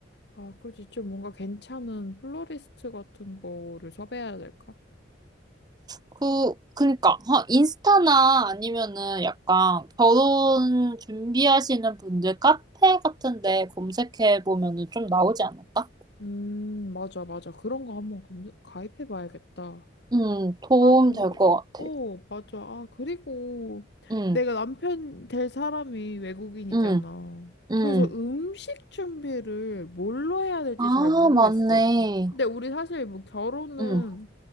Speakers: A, on the left (about 60°); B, on the right (about 20°).
A: 아, 그지? 좀 뭔가 괜찮은 플로리스트 같은 거를 섭외해야 될까?
B: 그, 그니까, 하 인스타나 아니면은 약간 결혼 준비하시는 분들 카페 같은데 검색해 보면은 좀 나오지 않을까?
A: 음, 맞아, 맞아. 그런 거 한번 검 가입해 봐야겠다.
B: 음, 도움
A: 아, 그,
B: 될
A: 어,
B: 것 같아.
A: 어, 맞아. 아, 그리고
B: 음,
A: 내가 남편 될 사람이 외국인이잖아.
B: 음, 음.
A: 그래서 음식 준비를 뭘로 해야 될지
B: 아,
A: 잘 모르겠어.
B: 맞네.
A: 근데 우리 사실 뭐 결혼은
B: 음,